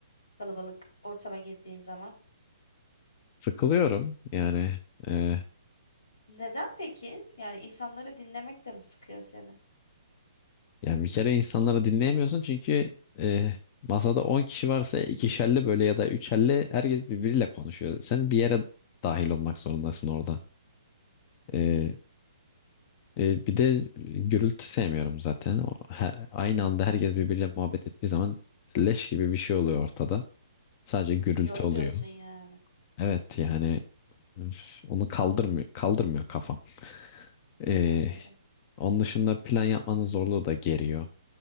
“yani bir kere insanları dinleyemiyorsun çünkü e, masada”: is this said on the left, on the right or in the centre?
Left